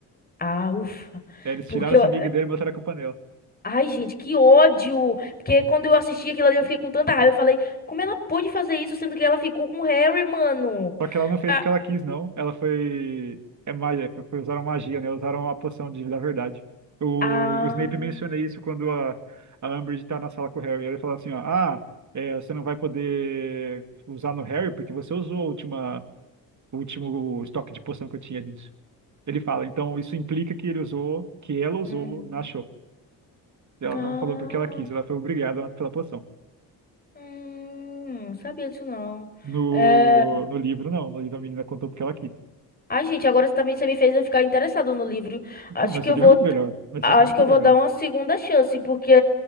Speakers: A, on the left (about 25°); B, on the right (about 45°).
A: Ah, ufa.
B: É, Eles
A: Porque
B: tiraram essa
A: eu,
B: amiga dele e botaram a culpa nela.
A: Ai, gente, que ódio! Porque quando eu assisti aquilo ali, eu fiquei com tanta raiva. Eu falei, como ela pôde fazer isso, sendo que ela ficou com o Harry, mano?
B: Só que ela não fez
A: Ah,
B: porque ela quis, não. Ela foi. É magia, foi, foi- usaram magia, né? Usaram a poção de, da verdade. O,
A: ah,
B: o Snape menciona isso quando a, a Umbridge tá na sala com o Harry. Ele fala assim, ó, ah, é, você não vai poder usar no Harry porque você usou a última, o último estoque de poção que eu tinha disso. Ele fala, então isso implica que ele usou, que ela usou
A: hum,
B: na show. Ela
A: ah,
B: não falou porque ela quis, ela foi obrigada pela poção.
A: hum, não sabia disso não.
B: No,
A: É,
B: no livro, não. No livro a menina contou porque ela quis.
A: Ai, gente, agora você também você me fez eu ficar interessado no livro. Acho
B: Não, mas
A: que
B: o
A: eu
B: livro
A: vou,
B: é muito melhor. Mas
A: acho
B: os livros
A: que
B: são
A: eu
B: melhores.
A: vou dar uma segunda chance, porque